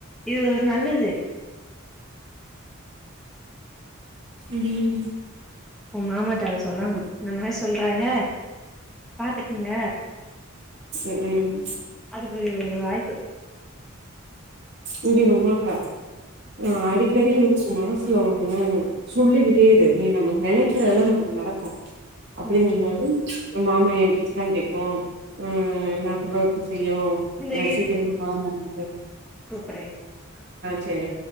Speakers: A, in the centre; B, on the right.
A: இது ஒரு நல்லது
B: ம்
A: ஒ மாமாட்ட அத சொல்லணு இந்த மாரி சொல்றாக பாத்துக்கங்க
B: ம்
A: தோ இது ஒரு வாய்ப்பு
B: இங்கே இரு உமாக்கா ஆ அடிக்கடி
A: ம்
B: உன் மனசு ல ஒன்னு சொல்லிக்கிட்டே இரு நீ நம்ம நெனைக்கிறதுதா நமக்கு நடக்கு அப்டியே
A: ம்
B: நின்னாலும் மாமா என் பேச்சுதா கேக்கோ ம் நா சொல்றதுதா செய்யு
A: இந்த
B: எனக்கு சீக்கிரமா காரியோ நடக்
A: பிரேயர்
B: சேரி